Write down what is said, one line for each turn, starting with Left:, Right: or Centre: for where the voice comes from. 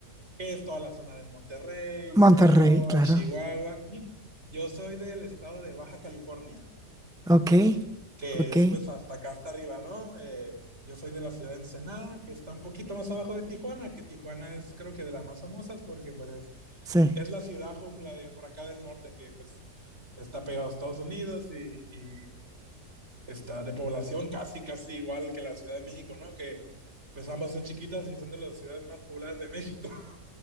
Right: que es toda la zona de Monterrey, Sinaloa,
Centre: Monterrey, claro.
Right: Chihuahua. Ujú. Yo soy del estado de Baja California
Centre: Ok,
Right: que
Centre: ok,
Right: es pues hasta acá hasta arriba, ¿no? Eh, yo soy de la ciudad de Ensenada, que está un poquito más abajo de Tijuana, que Tijuana es creo que de las más famosas porque pues es,
Centre: sí.
Right: es la ciudad jungla de por acá del norte que pues está pegado a Estados Unidos y, y está de población casi, casi igual que la Ciudad de México, ¿no? Que pues ambas son chiquitas y son de las ciudades más pobladas de México. <laughs>